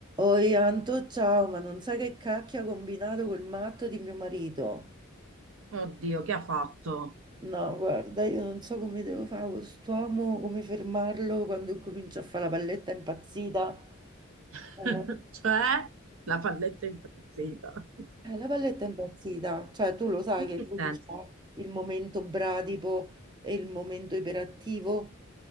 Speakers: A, on the right; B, on the right.
A: Oi Anto, ciao, ma non sai che cacchio ha combinato quel matto di mio marito?
B: Oddio, che ha fatto?
A: No, guarda, io non so come devo fare con quest'uomo, come fermarlo quando incomincia a fare la palletta impazzita.
B: <laughs>
A: Eh,
B: Cioè, la palletta è impazzita.
A: la palletta impazzita, cioè tu lo sai
B: In
A: che
B: che
A: lui
B: senso?
A: ha il momento bradipo e il momento iperattivo.